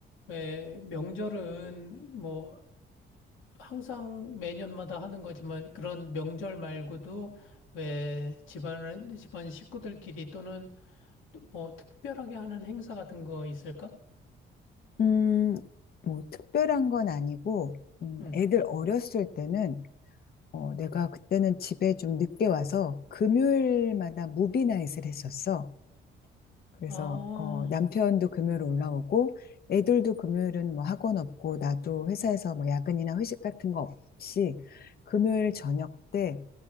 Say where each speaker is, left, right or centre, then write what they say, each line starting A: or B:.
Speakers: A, on the left; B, on the left.
A: 왜 명절은 뭐 항상 매년마다 하는 거지만 그런 명절 말고도 왜 집안은 집안 식구들끼리 또는 또뭐 특별하게 하는 행사 같은 거 있을까?
B: 음, 뭐 특별한 건 아니고, 음,
A: 응.
B: 애들 어렸을 때는 어, 내가 그때는 집에 좀 늦게 와서 금요일마다 무비나잇을 했었어. 그래서
A: 아,
B: 어, 남편도 금요일 올라오고, 애들도 금요일은 뭐 학원 없고, 나도 회사에서 뭐 야근이나 회식 같은 거 없이 금요일 저녁 때